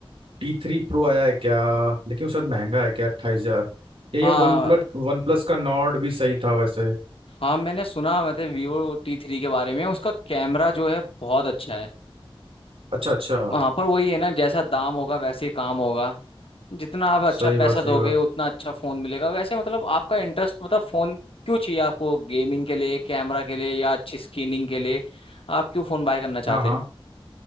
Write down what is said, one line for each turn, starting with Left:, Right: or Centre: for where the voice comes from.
Right: टी थ्री प्रो आया है क्या लेकिन उसका महंगा है क्या अट्ठाईस हजार या
Left: हाँ
Right: ये वन प्लस वन प्लस का नॉर्ड भी सही था वैसे
Left: हाँ मैंने सुना मतलब वीवो टी थ्री के बारे में उसका कैमरा जो है बहुत अच्छा है
Right: अच्छा अच्छा
Left: हाँ पर वही है ना जैसा दाम होगा वैसे ही काम होगा जितना आप अच्छा
Right: सही
Left: पैसा
Right: बात सही
Left: दोगे
Right: बात
Left: उतना अच्छा फोन मिलेगा वैसे मतलब आपका इंटरेस्ट मतलब फोन क्यों चाहिए आपको गेमिंग के लिए कैमरा के लिए या अच्छी स्क्रीनिंग के लिए आप क्यों फोन बाय करना चाहते
Right: हाँ हाँ
Left: हैं